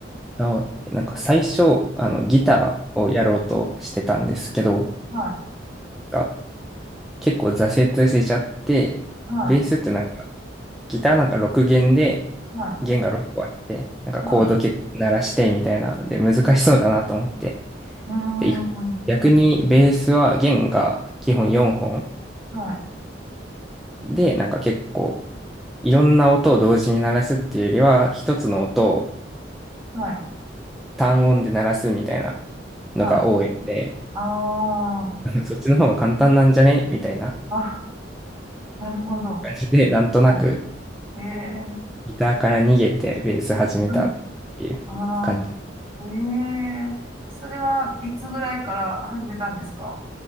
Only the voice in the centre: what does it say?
あ、なんか最初、あの、ギターをやろうとしてたんですけど、
が結構挫折しちゃって、
ベースってなんか、ギターなんか6弦で、
弦が6個あって、なんかコードけ鳴らしてみたいな、
で、難しそうだなと思って。
で、い
逆にベースは弦が基本4本
で、なんか結構、いろんな音を同時に鳴らすっていうよりは、一つの音を
単音で鳴らすみたいな
のが多いので、
<laughs> そっちの方が簡単なんじゃねみたいな
感じで、なんとなく
ギターから逃げてベース始めたっていう感じ。
こ